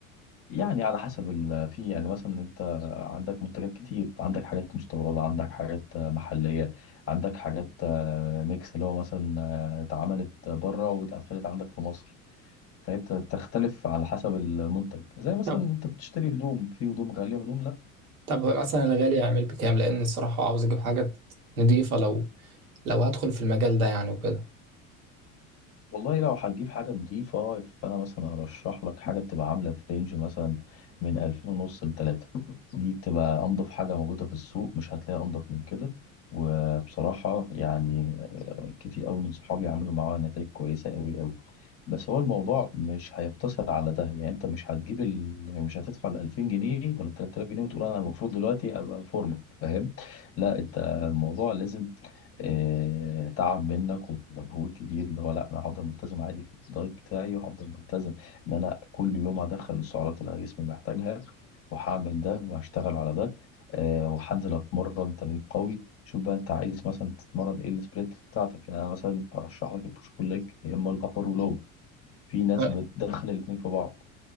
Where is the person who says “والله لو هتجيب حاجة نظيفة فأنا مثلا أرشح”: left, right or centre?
Left